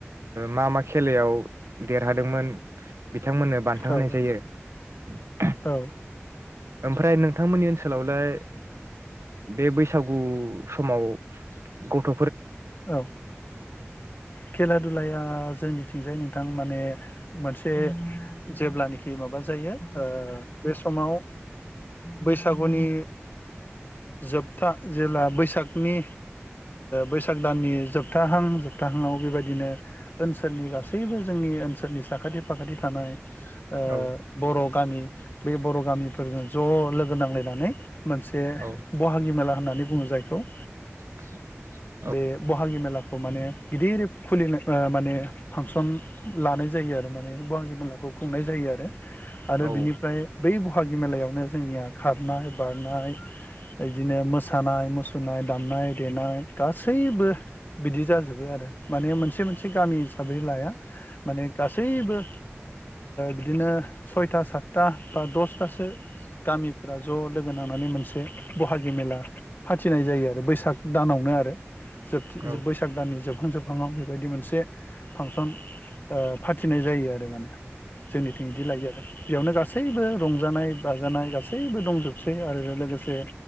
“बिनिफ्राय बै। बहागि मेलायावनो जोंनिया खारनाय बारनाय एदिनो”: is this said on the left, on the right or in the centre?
Left